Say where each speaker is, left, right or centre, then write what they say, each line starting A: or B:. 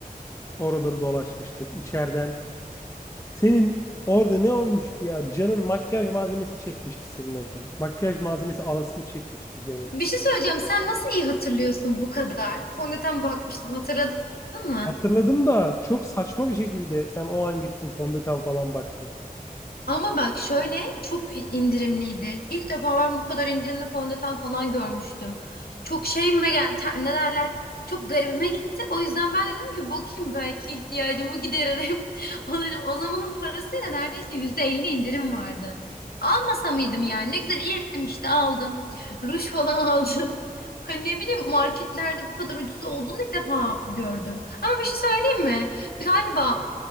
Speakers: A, on the left; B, on the left.
A: oraları dolaşmıştık içeriden. Senin orada ne olmuştu ya? Can'ın makyaj malzemesi çekmişti senin orada. Makyaj malzemesi alasını çekmişti Can'ın.
B: Bir şey söyleyeceğim. Sen nasıl iyi hatırlıyorsun bu kadar? Fondöten bakmıştım hatırladın mı?
A: Hatırladım da çok saçma bir şekilde sen o an gittin fondöten falan baktın.
B: Ama bak şöyle çok indirimliydi. İlk defa ben bu kadar indirimli fondöten falan görmüştüm. Çok şeyime gel ter- ne derler? Çok garibime gitti. O yüzden ben dedim ki bakayım belki ihtiyacımı gideririm. <laughs> Alırım. O zamanın parasıyla neredeyse %50 indirim vardı. Almasa mıydım yani? Ne güzel iyi ettim işte aldım. Ruj falan <laughs> aldım. Hani ne bileyim marketlerde bu kadar ucuz olduğunu ilk defa gördüm. Ama bir şey söyleyeyim mi? Galiba